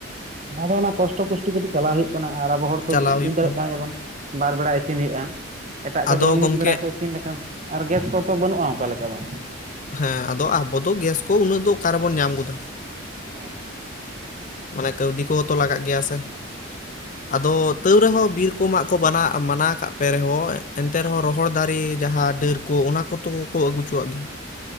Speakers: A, on the right; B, on the left.
A: ᱚᱱᱟ ᱫᱚ ᱚᱱᱟ ᱠᱚᱥᱴᱚ ᱠᱚᱥᱴᱤ ᱠᱟᱛᱤᱡ ᱪᱟᱞᱟᱜ ᱦᱩᱭᱩᱜ᱾ ᱠᱟᱱᱟ ᱟᱨ ᱟᱵᱚ ᱦᱚᱲ ᱛᱚ
B: ᱪᱟᱞᱟᱣ ᱦᱩᱭᱩᱜ
A: ᱵᱩᱡ ᱫᱟᱲᱮᱭᱟᱜ
B: ᱠᱟᱱᱟ
A: ᱠᱟᱱ ᱜᱮᱭᱟᱵᱚᱱ ᱵᱟᱨ ᱵᱮᱲᱟ ᱤᱥᱤᱱ ᱦᱩᱭᱩᱜ-ᱟ‌, ᱮᱴᱟᱜ ᱠᱚ
B: ᱟᱫᱚ
A: ᱡᱮᱢᱚᱱ
B: ᱜᱚᱢᱠᱮ
A: ᱢᱤᱫ ᱵᱮᱲᱟ ᱠᱚ ᱤᱥ- ᱥᱤᱱ ᱞᱮᱠᱟᱱ ᱟᱨ ᱜᱮᱥ ᱠᱚᱛᱚ ᱵᱟᱹᱱᱩᱜ-ᱟ ᱚᱱᱠᱟ ᱞᱮᱠᱟ ᱫᱚ᱾
B: ᱦᱮᱸ ᱟᱫᱚ ᱟᱵᱚ ᱫᱚ ᱜᱮᱥ ᱠᱚ ᱩᱱᱟᱹᱜ ᱫᱚ ᱚᱠᱟ ᱨᱮᱵᱚᱱ ᱧᱟᱢ ᱜᱚᱫᱟ᱾
A: ᱦᱮᱸ
B: ᱢᱟᱱᱮ ᱠᱟᱹᱣᱰᱤ ᱠᱚᱦᱚᱸ ᱛᱚ ᱞᱟᱜᱟᱜ ᱜᱮᱭᱟ ᱥᱮ ᱟᱫᱚ ᱛᱟᱹᱣ ᱨᱮᱦᱚᱸ ᱵᱤᱨ ᱠᱚ ᱢᱟᱜ ᱠᱚ ᱵᱟᱱᱟ ᱢᱟᱱᱟ ᱠᱟᱜ ᱯᱮ ᱨᱮᱦᱚᱸ ᱮᱱᱛᱮ ᱨᱮᱦᱚᱸ ᱨᱚᱦᱚᱲ ᱫᱟᱨᱮ ᱡᱟᱦᱟᱸ ᱰᱟᱹᱨ ᱠᱚ ᱚᱱᱟ ᱠᱚᱛᱚ ᱟᱹᱜᱩ ᱦᱚᱪᱚᱣᱟᱜ ᱜᱮᱭᱟ᱾ <unintelligible>